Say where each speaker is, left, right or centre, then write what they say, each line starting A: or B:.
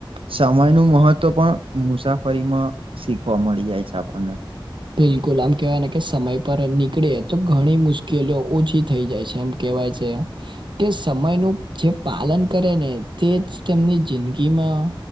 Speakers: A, on the right; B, on the right.
A: સમય નું મહત્વ પણ મુસાફરીમાં શીખવા મળી જાય છે આપણને.
B: બિલકુલ આમ કેવાય ને કે સમય પર નીકળ્યે તો ઘણી મુશ્કેલીઓ ઓછી થઈ જાય છે એમ કેવાય છે. તે સમયનું જે પાલન કરેને તેજ તેમની જિંદગીમાં